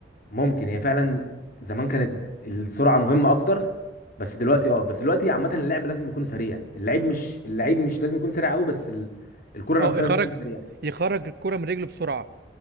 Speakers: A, on the left (about 55°); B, on the right (about 60°).
A: ممكن هي فعلا زمان كانت السرعه مهمه اكتر بس دلوقتي اه بس دلوقتي عامه اللعب لازم يكون سريع اللعيب مش اللعيب مش لازم يكون سريع قوي بس ال... الكره
B: اه
A: نفسها
B: يخرج
A: لازم تكون سريعه
B: يخرج الكوره من رجله بسرعه